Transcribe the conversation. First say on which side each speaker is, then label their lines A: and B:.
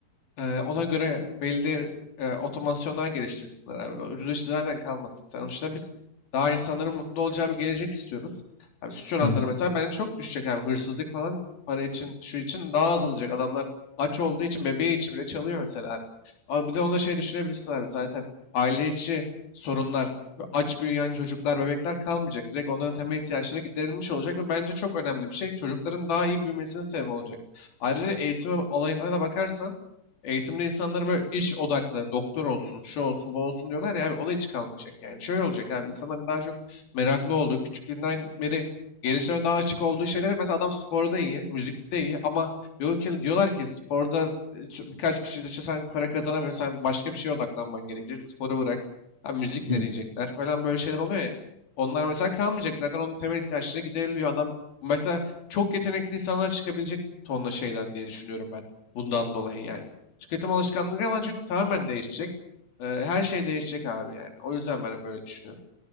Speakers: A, on the left (about 55°); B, on the left (about 15°).
A: Ee, ona göre belli e, otomasyonlar geliştirsinler abi. O Ucuz iş zaten kalmasın. Sonuçta biz daha insanların mutlu olacağı bir gelecek istiyoruz. Abi suç oranları
B: hı.
A: mesela bence çok düşecek abi. Hırsızlık falan para için, şu için daha azalacak. Adamlar aç olduğu için bebeği için bile çalıyor mesela abi. Ama bir de onda şey düşünebilirsin abi zaten aile içi sorunlar, ve aç büyüyen çocuklar, bebekler kalmayacak. Direkt onların temel ihtiyaçları giderilmiş olacak ve bence çok önemli bir şey. Çocukların daha iyi büyümesine sebep olacak. Ayrıca eğitim olayına da bakarsan Eğitimde insanlara böyle iş odaklı, doktor olsun, şu olsun, bu olsun diyorlar ya abi o da hiç kalmayacak. Yani şöyle olacak abi insanların daha çok meraklı olduğu, küçüklüğünden beri gelişime daha açık olduğu şeylere mesela adam sporda iyi, müzikte iyi ama diyor ki, diyorlar ki sporda e, şu- birkaç kişi dışı sen para kazanamıyorsun, sen başka bir şeye odaklanman gerekecek, sporu bırak. Ha, müzik
B: Hı
A: ne
B: hı.
A: diyecekler falan böyle şeyler oluyor ya. Onlar mesela kalmayacak zaten onun temel ihtiyaçları gideriliyor adam. Mesela çok yetenekli insanlar çıkabilecek tonla şeyden diye düşünüyorum ben bundan dolayı yani. Tüketim alışkanlıkları falan çünkü tamamen değişecek. Ee, her şey değişecek abi yani. O yüzden ben böyle düşünüyorum.